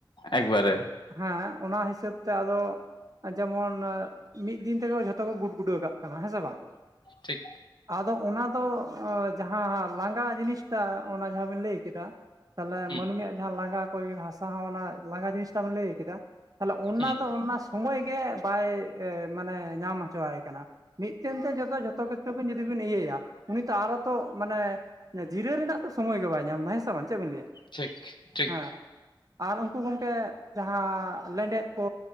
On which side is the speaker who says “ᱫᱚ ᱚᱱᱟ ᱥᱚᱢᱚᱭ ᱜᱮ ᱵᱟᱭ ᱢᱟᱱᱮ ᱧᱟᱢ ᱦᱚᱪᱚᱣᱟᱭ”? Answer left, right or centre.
Right